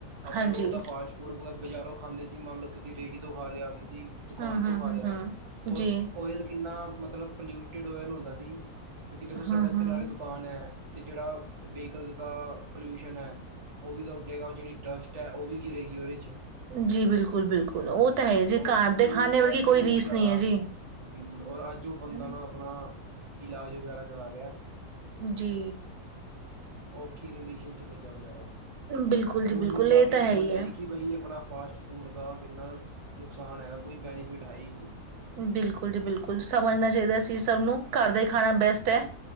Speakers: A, on the right; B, on the right.
A: ਆਪਣਾ
B: ਹਾਂਜੀ
A: ਰੋਜ਼ ਦਾ ਫਾਸਟ ਫੂਡ ਬਜ਼ਾਰੋਂ ਖਾਂਦੇ ਸੀ, ਮੰਨ ਲਓ ਕਿਸੀ ਰੇਹੜੀ ਤੋਂ ਖਾ ਲਿਆ, ਕਿਸੀ ਦੁਕਾਨ
B: ਹਮ
A: ਤੋਂ
B: ਹਮ
A: ਖਾ
B: ਹਮ
A: ਲਿਆ,
B: ਹਮ
A: ਔਰ
B: ਜੀ
A: ਓਇਲ ਕਿੰਨਾ ਮਤਲਬ ਪਲਿਊਟਿਡ ਓਇਲ ਹੁੰਦਾ ਸੀ। ਕਿਉਂਕਿ ਦੇਖੋ, ਸੜਕ
B: ਹਮ ਹਮ
A: ਕਿਨਾਰੇ ਦੁਕਾਨ ਐ, ਤੇ ਜਿਹੜਾ ਵਿਕਲ ਦਾ ਪੋਲਿਊਸ਼ਨ ਐ ਉਹ ਵੀ ਤਾਂ ਉਡੇਗਾ, ਉਹ ਜਿਹੜੀ ਡਸਟ ਐ ਉਹ ਵੀ ਗਿਰੇ ਗੀ ਉਹਦੇ ਚ'।
B: ਜੀ ਬਿਲਕੁਲ-ਬਿਲਕੁਲ ਉਹ ਤਾਂ ਹੈ ਜੀ
A: ਉਹ
B: ਘਰ
A: ਉਹਨੂੰ
B: ਦੇ ਖਾਣੇ ਵਰਗੀ
A: ਅੱਜ
B: ਕੋਈ
A: ਉਹ
B: ਰੀਸ
A: ਵਿਚਾਰਾ,
B: ਨਹੀਂ ਹੈ ਜੀ
A: ਬਿਲਕੁਲ ਔਰ ਅੱਜ ਉਹ
B: ਹਨਾ
A: ਬੰਦਾ ਨਾ ਆਪਣਾ ਇਲਾਜ ਵਗੈਰਾ ਕਰਾ ਲੇਆ।
B: ਜੀ।
A: ਔਖੀ ਕੰਡੀਸ਼ਨ ਚ ਬਚੇਯਾ ਬਚਾਰਾ,
B: ਬਿਲਕੁਲ
A: ਓਨੂੰ
B: ਜੀ ਬਿਲਕੁਲ
A: ਹੁਨ ਜਾ
B: ਇਹ
A: ਕੇ
B: ਤਾਂ ਹੈ
A: ਸਮਜ
B: ਹੀ
A: ਆਈ
B: ਹੈ
A: ਕਿ ਬਈ ਅਪਨਾ ਫਾਸਟ ਫੂਡ ਦਾ ਕਿੰਨਾ ਨੁਕਸਾਨ ਹੈਗਾ, ਕੋਈ ਬੈਨੀਫਿਟ ਹੈ ਹੀ ਨਹੀਂ।
B: ਬਿਲਕੁਲ ਜੀ ਬਿਲਕੁਲ, ਸਮਜਨਾ ਚਈਦਾ ਸੀ ਸਬ ਨੂੰ ਘਰ ਦਾ ਈ ਖਾਣਾ ਬੈਸਟ ਐ।